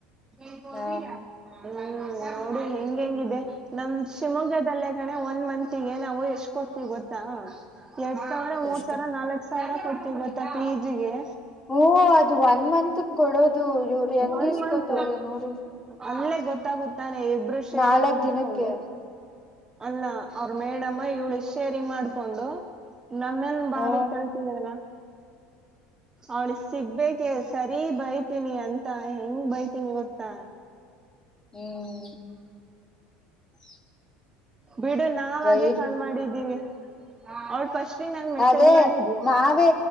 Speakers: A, on the right; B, on the left.
A: ಹ್ಮ್
B: ಹಾ
A: ನೋಡಿ ಹೆಂಗ ಹೆಂಗಿದೆ ನಮ ಶಿವಮೊಗ್ಗದಲ್ಲ. ಒಂದ ಮತ್ಗೆ ನಾವು ಎಷ್ಟ್ ಕೊಡ್ತಿವಿ ಗೊತ್ತಾ ಎರಡ್ ಸಾವಿರ ಮೂರ್
B: ಎಷ್ಟು
A: ಸಾವಿರ ನಾಲ್ಕ ಸಾವ. ಸಾವಿರ ಕೊಡ್ತಿವ ಗೊತ್ತಾ ಪಿ ಜೀ ಗೆ.
B: ಹೂ ಅದು ಒನ್ ಮಂತ್ ಗ ಕೊಡೋದು ಇವ್ರ ಹೆಂಗ್
A: ಒನ್
B: ಇಸ್ಕೋತವ್ರಿ
A: ಮಂತ್
B: ನೋಡ.
A: ಅಲ್ಲೇ ಗೊತ್ತಾಗುತ್ತಾನೆ ಇಬ್ರು ಶೇರಿಂಗ್
B: ನಾಲ್ಕ್
A: ಮಾಡ್ಕೊಂಡು.
B: ದಿನಕ್ಕೆ
A: ಅಲ್ಲ ಅವ್ರ ಮೇಡಮ್ಮ ಇವಳು ಶೇರಿಂಗ್ ಮಾಡ್ಕೊಂಡು. ನಮ್ಮನ್ ಬಾವಿಗ
B: ಹಾ
A: ತಳ್ಳತಿದ್ರಲ್ಲ. ಅವ್ಳ ಸಿಗ್ಬೇಕ ಇಗ ಸರಿ ಬೈತೀನಿ ಅಂತ. ತ್ತಾ ಹೆಂಗ್ ಬೈತೀನಿ ಗೊತ್ತಾ.
B: ಹ್ಮ್. <inaudible>
A: ಬಿಡು ನಾವ್
B: ಬೈ
A: ಆಗೆ ಕಾಲ್ ಮಾಡಿದ್ದೀವಿ ಅವಟ್ ಪಫಸ್ಟ್ಂಗ ನಂಗ ಮೆಸೇಜ್
B: ಅದೇ
A: ಮಾಡಿದ್ಲು.
B: ನಾವೇ